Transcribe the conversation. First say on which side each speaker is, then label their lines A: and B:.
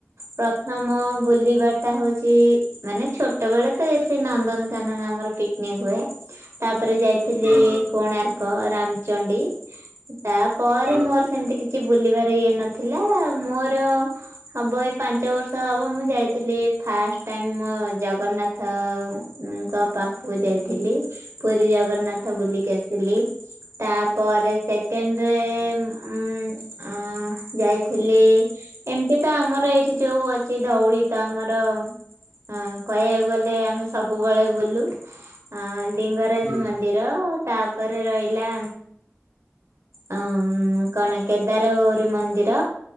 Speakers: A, on the right; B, on the right.
A: ପ୍ରଥମ ବୁଲିବା ଟା ହଉଛି ମାନେ ଛୋଟ ବେଳେ ତ ଯାଇଥିଲି ନନ୍ଦନକାନନ ଆମର ପିକନିକ ହୁଏ। ତାପରେ ଯାଇ ଥିଲି
B: ହୁଁ
A: କୋଣାର୍କ ରାମଚଣ୍ଡୀ ତାପରେ
B: ହୁଁ
A: ମୋର ଏମିତି କିଛି ବୁଲିବାର ଇଏ ନଥିଲା ମୋର ହବ ଏଇ ପାଞ୍ଚ ବର୍ଷ ହବ ମୁଁ ଯାଇଥିଲି ଫାଷ୍ଟ ଟାଇମ ମୋ ଜଗନ୍ନାଥ ତ ଙ୍କ ପାଖକୁ ଯାଇଥିଲି। ପୁରୀ ଜଗନ୍ନାଥ ବୁଲିକି ଆସିଲି ତାପରେ ସେକେଣ୍ଡରେ ଉଁ ଅଁ ଯାଇଥିଲି ଏମିତି ତ ଆମର ଏଇଠି ଯୋଉ ଅଛି ଧଉଳି ତ ଆମର ହଁ କହିବାକୁ ଗଲେ ଆମେ ସବୁବେଳେ ବୁଲୁ ଆ ଲିଙ୍ଗରାଜ
B: ହୁଁ
A: ମନ୍ଦି ର ତାପରେ ରହିଲା ଅ କଣ କେଦାର ଗୌରୀ ମନ୍ଦିର